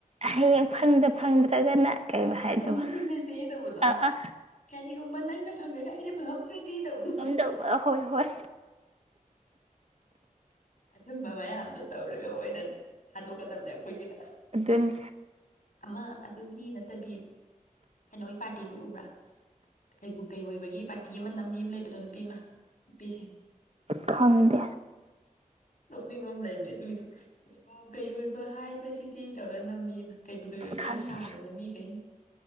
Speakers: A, on the right (about 50°); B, on the left (about 60°).
A: ꯍꯌꯦꯡ ꯐꯪꯗ ꯐꯪꯗ꯭ꯔꯒꯅ ꯀꯩꯕ ꯍꯥꯏꯗꯣ
B: ꯑꯃꯨꯛ ꯊꯦꯡꯅꯁꯦ ꯇꯧꯕꯗꯣ
A: ꯑ ꯑ
B: ꯀꯔꯤꯒꯨꯝꯕ ꯅꯪꯅ ꯐꯪꯉꯒ ꯑꯩꯅ ꯐꯪꯍꯧꯗ꯭ꯔꯗꯤ ꯇꯧꯕꯗꯨ
A: ꯉꯝꯗꯧꯕ ꯍꯣꯏ ꯍꯣꯏ
B: ꯑꯗꯨꯝꯕ ꯃꯌꯥꯝꯗꯣ ꯇꯧꯔꯒ ꯑꯣꯏꯅ ꯊꯥꯗꯣꯛꯀꯗꯕꯅꯦ ꯑꯩꯈꯣꯏꯒꯤꯅ
A: ꯑꯗꯨꯅꯤ
B: ꯑꯃ ꯑꯗꯨꯒꯤ ꯅꯠꯇꯕꯤ ꯀꯩꯅꯣꯒꯤ ꯄꯥꯔꯇꯤꯗꯨ ꯎꯕ꯭ꯔꯥ ꯀꯩꯕꯨ ꯀꯩꯑꯣꯏꯕꯒꯤ ꯄꯥꯔꯇꯤ ꯑꯃ ꯅꯝꯕꯤ ꯑꯃ ꯂꯩꯕꯗꯣ ꯅꯨꯄꯤ ꯑꯃ ꯄꯤꯁꯤ
A: ꯈꯪꯗꯦ
B: ꯅꯣꯛꯅꯤꯡꯕ ꯂꯩꯕꯅꯦ ꯑꯗꯨꯏꯁꯨ ꯀꯩꯕꯨ ꯀꯩꯑꯣꯏꯕ ꯍꯥꯏꯕꯁꯤꯗꯤ ꯇꯧꯔ ꯅꯝꯕꯤꯃ ꯀꯩꯕꯨ ꯀꯩꯑꯣꯏꯕꯒ
A: ꯈꯪꯗꯦ
B: ꯁꯥꯔꯒ ꯃꯤꯈꯩꯅ